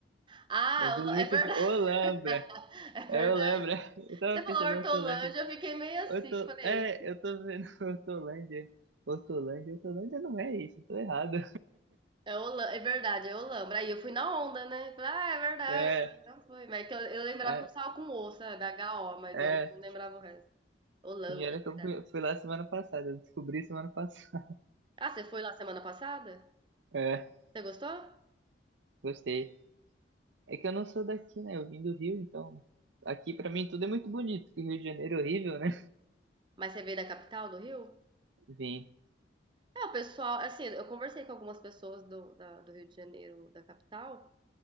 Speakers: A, on the right (about 25°); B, on the right (about 75°).
A: Ah,
B: É bonito,
A: Hol- é verdade,
B: Olambra.
A: <laughs> é verdade.
B: É, eu lembro, é. <laughs> eu tava
A: Você falou
B: pensando
A: Hortolândia,
B: em Hortolândia.
A: eu fiquei meio assim,
B: Horto...
A: falei,
B: É, eu tô vendo <laughs> Hortolândia. Hortolândia, Hortolândia não é isso, tô errado.
A: é, Holan- é verdade, é Olambra. Aí eu fui na onda, né? Falei, ah, é verdade,
B: É,
A: já foi. Mas é que eu, eu lembrava
B: é,
A: que eu estava com o, sabe? HO, mas
B: é.
A: eu não lembrava o resto. Olambra,
B: Sim, olha
A: é verdade.
B: que eu fui, fui lá semana passada, eu descobri semana passada. <laughs>
A: Ah, você foi lá semana passada?
B: É,
A: Você gostou?
B: gostei. É que eu não sou daqui, né? Eu vim do Rio, então aqui pra mim tudo é muito bonito, que Rio de Janeiro é horrível, né?
A: Mas você veio da capital do Rio?
B: <laughs> Vim,
A: É, o pessoal, assim, eu conversei com algumas pessoas do, da- do Rio de Janeiro, da capital,